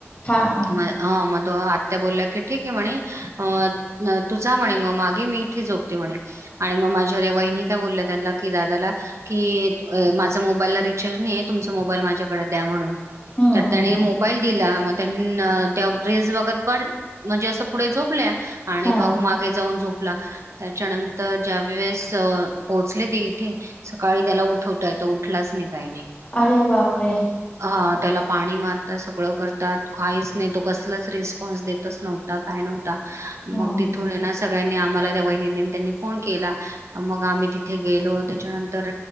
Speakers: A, on the left (about 30°); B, on the right (about 75°).
A: हा हा
B: म हा म अं आत्या बोलल्या की ठीक आहे म्हणे अ -अं तु जा म्हणे मग मागे मी इथे झोप ते म्हणे आणि मग माझ्या त्या वहिनी काय बोलल्या त्यांना की दादाला कि अ माझं मोबाईलला रिचार्ज नाहीये तुमचा मोबाईल माझ्याकडे द्या म्हणून.
A: हम्म
B: तर
A: हम्म
B: त्याने मोबाईल
A: हम्म
B: दिला म त्यां अ त्या रेस बघत पड म्हणजे असं पुढे झोपल्या आणि
A: हा
B: भाऊ मागे जाऊन झोप पला त्याच्यानंतर ज्यावेेळेस पोहोचले ते इथे सकाळी त्याला उठवताय तो उठलाच नाही काही नाही.
A: अरे बापरे.
B: ह त्याला पाणी मारतात सगळं करतात काहीच नाही तो कसलाच रिस्पॉन्स देतच नव्हता काय नव्हता. मग
A: हम्म
B: तिथून
A: हम्म
B: हेणा सगळ्यांनी आम्हाला त्या वहिनी त्यांनी फोन केला मग आम्ही तिथे गेलो त्याच्यानंतर